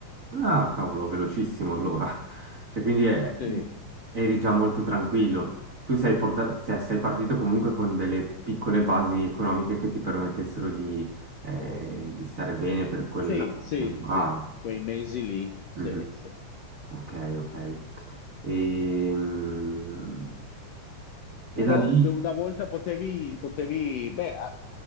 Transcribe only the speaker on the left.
Sì,
sì, sì,
sì, quei mesi lì, sì,
sì.
Però
che una volta potevi, potevi, beh, a-